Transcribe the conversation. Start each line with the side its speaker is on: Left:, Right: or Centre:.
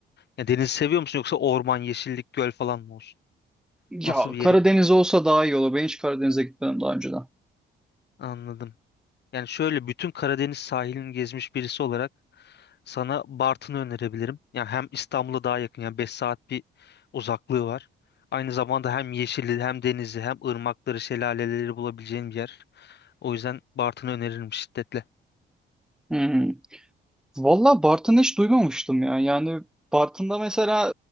Left: Ya denizi seviyor musun yoksa orman, yeşillik, göl falan mı olsun?
Centre: Ya
Left: Nasıl bir yeri
Centre: Karadeniz olsa daha iyi olur. Ben hiç Karadeniz'e gitmedim daha önceden.
Left: anladım. Yani şöyle bütün Karadeniz sahilini gezmiş birisi olarak Sana Bartın'ı önerebilirim. Yani hem İstanbul'a daha yakın yani 5 saat bir uzaklığı var. Aynı zamanda hem yeşili hem denizi hem ırmakları şelaleleri bulabileceğin bir yer. O yüzden Bartın'ı öneririm şiddetle.
Centre: Hmm. Valla Bartın'ı hiç duymamıştım ya. Yani Bartın'da mesela